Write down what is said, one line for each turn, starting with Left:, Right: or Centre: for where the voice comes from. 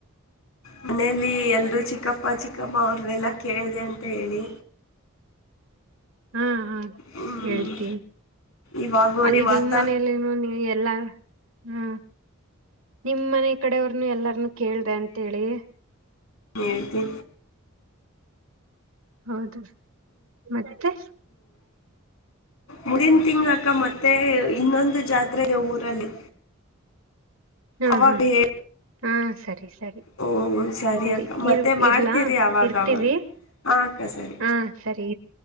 Left: ಮನೇಲಿ ಎಲ್ರೂ ಚಿಕ್ಕಪ್. ಅಪ್ಪ ಚಿಕ್ಕಮ್ಮ ಅವ್ರನ್ನೆಲ್ಲ ಕೇಳಿದೆ ಅಂತ ಹೇಳಿ.
Right: ಹ್ಮ್. ಹ
Left: ಹ್ಮ್
Right: ಹೇಳ್ತೀನ್
Left: ಇವಾಗ ನೋಡಿ
Right: ಅಲ್ಲಿ
Left: ವಾತ
Right: ನಿಮ್ಮ ಮನೆಯಲ್ಲಿ ಏನೊ ನೀವ್. ಇಲ್ಲ ಹ್ಮ್ ನಿಮ್ಮನೆ ಕಡೆವ್ರು. ನು ಎಲ್ಲಾರ್ನು ಕೇಳ್ದೆ ಅಂತೇಳಿ.
Left: ಹೇಳ್ತಿನಿ.
Right: ಹೌದು ಮತ್ತೆ. ಮತ್ತೆ.
Left: ಮುಂದಿನ ತಿಂಗಳು. ಕ್ಕ ಮತ್ತೆ ಇನ್ನೊಂದು ಜಾತ್ರೆ ದೆ ಊರಲ್ಲಿ.
Right: ಹಾ
Left: ಅವಾಗ
Right: ಹಾ
Left: ಹೇ
Right: ಹಾ ಸರಿ ಸರಿ
Left: ಹ್ಮ
Right: ಸರಿ
Left: ಅಕ್ಕ ಮತ್ತೆ
Right: ಇ
Left: ಮಾಡ್ತೀರಿ
Right: ಇರ್ಲಾ
Left: ಅವಾಗವಾಗ
Right: ಇರ್ತೀವಿ
Left: ಹಾ ಅಕ್ಕ ಸರಿ
Right: ಹಾ ಸರಿ